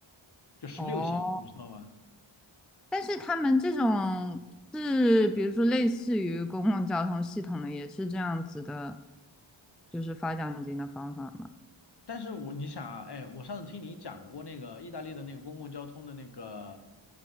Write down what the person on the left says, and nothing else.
就十六薪，
你知道吗？
但是我你想啊，哎，我上次听你讲过那个意大利的那个公共交通的那个，